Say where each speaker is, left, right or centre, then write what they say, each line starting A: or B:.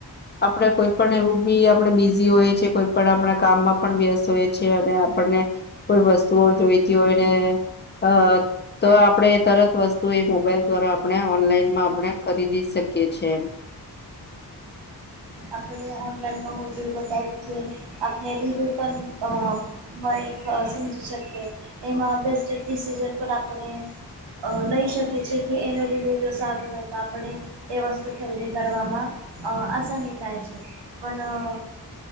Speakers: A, on the left (about 30°); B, on the right (about 85°).
A: આપણેે કોઈ પણ એવું બી આપણેે બીઝી હોય છીએ કોઈ પણ આપણા કામમાં પણ વ્યસ્ત હોયે છે અને આપણને કોઈ વસ્તુઓ જોઈતી હોયને અ તો આપડે એ તરત વસ્તુ એ મોબાઈલ દ્વારા આપણે ઓનલાઈનમાં આપણે ખરીદી શકીએ છે એમ
B: આપણે ઓનલાઈનમાં હું જે બતાવુ કે આપણે રિવ્યુ પણ અ બ એ સમજી શકે એમાં બેસ્ટ ડિસીઝન પર આપને અ લઈ શકે છે કે એનો રિવ્યૂ જો સારો રહે તો આપણે એ વસ્તુ ખરીદી કરવામાં અ આસની થાય છે પણ